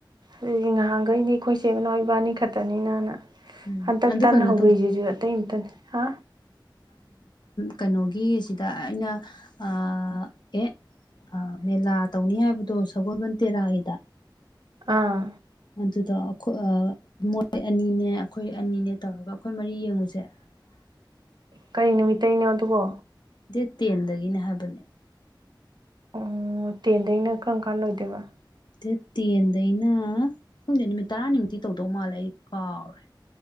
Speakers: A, on the right; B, on the left.
A: ꯑꯗꯨꯗꯤ ꯉꯍꯥꯟꯈꯩꯗꯤ ꯑꯩꯈꯣꯏ ꯏꯆ ꯏꯅꯥꯎ ꯏꯕꯥꯅꯤ ꯈꯛꯇꯅꯤꯅꯅ
B: ꯎꯝ
A: ꯍꯟꯇꯛ
B: ꯑꯗꯨ
A: ꯇꯟꯅ
B: ꯀꯩꯅꯣ
A: ꯍꯧꯕꯣꯏꯖꯦꯁꯨꯨ ꯑꯇꯩꯇꯅꯤ ꯑ
B: ꯀꯩꯅꯣꯒꯤꯁꯤꯗ ꯑꯩꯅ ꯑꯦ ꯑ ꯃꯦꯂꯥ ꯇꯧꯅꯤ ꯍꯥꯏꯕꯗꯣ ꯁꯒꯣꯜꯕꯟ ꯇꯦꯔꯥꯒꯤꯗ
A: ꯑꯥ
B: ꯑꯗꯨꯗꯣ ꯑꯩꯣꯏ ꯃꯣꯔꯦ ꯑꯅꯤꯅꯦ ꯑꯩꯈꯣꯏ ꯑꯅꯤꯅꯦ ꯇꯧꯔꯒ ꯑꯩꯈꯣꯏ ꯃꯔꯤ ꯌꯦꯡꯉꯨꯁꯦ <unintelligible>
A: ꯀꯔꯤ ꯅꯨꯃꯤꯠꯇꯒꯤꯅꯣ ꯑꯗꯨꯕꯣ
B: ꯗꯦꯠ ꯇꯦꯟꯗꯒꯤꯅꯦ ꯍꯥꯏꯕꯅꯦ
A: ꯑꯣ ꯇꯦꯟꯗꯩꯅ ꯀꯔꯝ ꯀꯥꯟ ꯂꯣꯏꯗꯣꯏꯕ
B: ꯗꯦꯠ ꯇꯦꯟꯗꯩꯅ ꯈꯈꯪꯗꯦ ꯅꯨꯃꯤꯠ ꯇꯔꯥꯅꯤꯃꯨꯛꯇꯤ ꯇꯧꯗꯧ ꯃꯥꯜꯂꯦ ꯑꯩ ꯀꯥꯎꯔꯦ